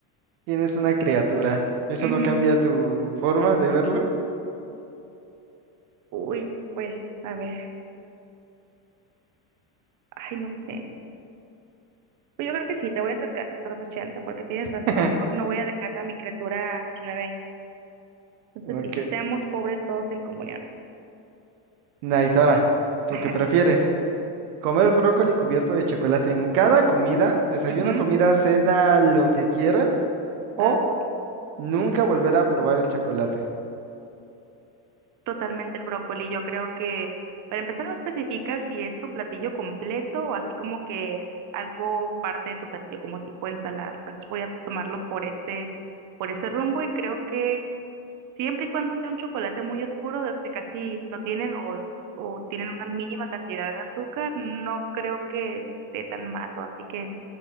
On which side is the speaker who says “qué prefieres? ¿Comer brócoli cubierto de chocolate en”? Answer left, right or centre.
Right